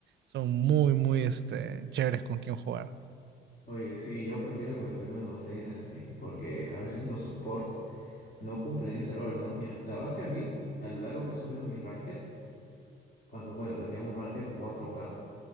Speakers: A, on the right (about 65°); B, on the left (about 40°).
A: son muy, muy este, chéveres con quien jugar.
B: Oye, sí, yo prefiero que me toquen los laners así, porque a veces los supports no cumplen ese rol, ¿no? Mira, la verdad es que a mí, a lo largo que he subido mi ranked, cuando, bueno, tenía un ranked cuatro k